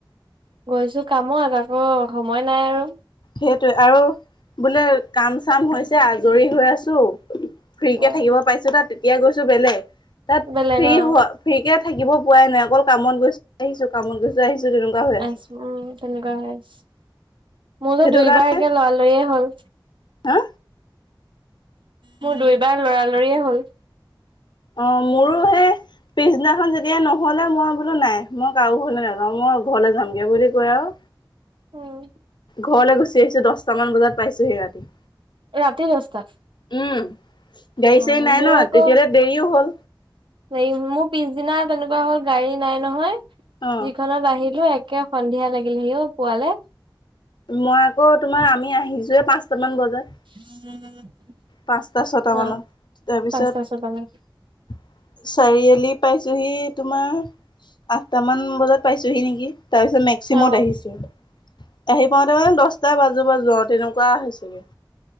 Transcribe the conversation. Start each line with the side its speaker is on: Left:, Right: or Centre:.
Right: গৈছো কামত আকৌ সময় নাই আৰু
Left: সেইটোৱে আৰু বোলে কাম-চাম হৈছে আজৰি হৈ আছো। ফ্ৰীকে
Right: উম
Left: থাকিব পাইছো তাত, তেতিয়া গৈছো বেলেগ তাত
Right: বেলেগ
Left: ফ্ৰী
Right: অ
Left: হোৱা ফ্ৰীকে থাকিব পোৱাই নাই, অকল কামত গৈছো আহিছো কামত গৈছ আহিছো তেনেকুৱা। হৈ আছে
Right: আহিছো উম, তেনেকুৱা হৈ আছ মোৰ
Left: সেইটো
Right: যে দুইবাৰ
Left: কাৰণে
Right: একে লৰালৰিয়ে হ'ল।
Left: হা?
Right: মোৰ দুইবাৰ লৰালৰিয়ে হ'ল।
Left: অ', মোৰো সেই পিছদিনাখন যেতিয়া নহ'লে মই বোলো নাই মই কাৰো ঘৰলে নযাওঁ। মই ঘৰলে যামগে বুলি কৈ আৰু
Right: উম।
Left: ঘৰলৈ গুচি আহিছো দশটামান বজাত পাইছোঁহি ৰাতি।
Right: ৰাতি দহটাত?
Left: উম, গাড়ী-চাড়ী
Right: অ
Left: নাই
Right: মোৰ
Left: ন'
Right: আকৌ
Left: তেতিয়ালে দেৰিও হ'ল।
Right: হেৰি মোৰ পিছদিনা তেনেকুৱা হ'ল গাড়ী নাই নহয়।
Left: অ
Right: যিখনত আহিলো একে সন্ধিয়া লাগিলেহি অ', পোৱালে।
Left: মই আকৌ তোমাৰ আমি আহিছোৱে পাঁচটামান বজাত।
Right: <inaudible>
Left: পাঁচটা ছটা
Right: অ
Left: মানত, তাৰপিছত
Right: পাঁচটা ছটা মান
Left: চাৰিআলি পাইছোহি তোমাৰ আঠটা মান বজাত পাইছোহি নেকি? তাৰপিছত মেক্সিমত
Right: অ
Left: আহিছোঁ। আহি পাওঁতে মানে দশটা বাজো বাজো আৰু তেনেকুৱা হৈছেগে।